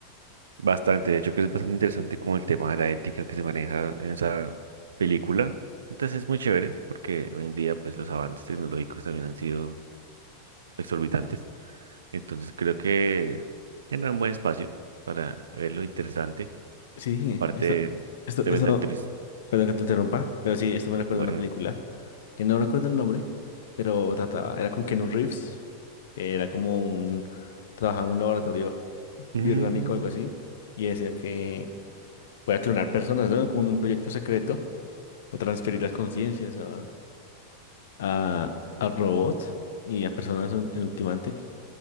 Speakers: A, on the right; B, on the left.
A: Bastante, de hecho que es bastante interesante como el tema de la ética que se maneja en esa película. Entonces es muy chévere porque hoy en día pues los avances tecnológicos también han sido exorbitantes. Entonces creo que genera un buen espacio para verlo interesante.
B: Sí,
A: Aparte,
B: esto, esto,
A: tremenda
B: eso,
A: actriz.
B: perdón que te interrumpa, pero sí, esto me recuerda
A: Bueno.
B: a una película que no recuerdo el nombre, pero trataba, era con Keanu Reeves, que era como un, trabajaba en un laboratorio
A: Mm,
B: biorgánico o algo así, y decía que podía clonar personas, ¿no? Con un proyecto secreto, o transferir las conciencias a, a, a robots y a personas en en ultimante.